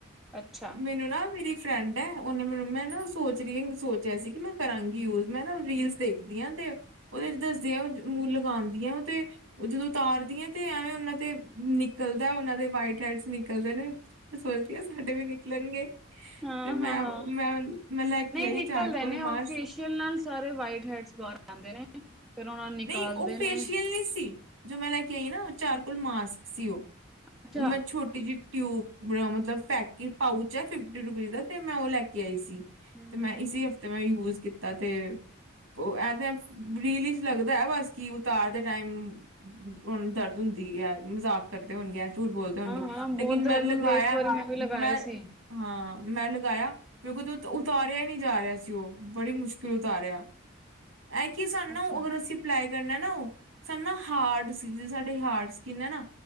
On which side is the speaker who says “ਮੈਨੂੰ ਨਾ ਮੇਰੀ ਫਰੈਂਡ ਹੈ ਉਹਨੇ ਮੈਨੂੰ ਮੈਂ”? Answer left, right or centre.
Right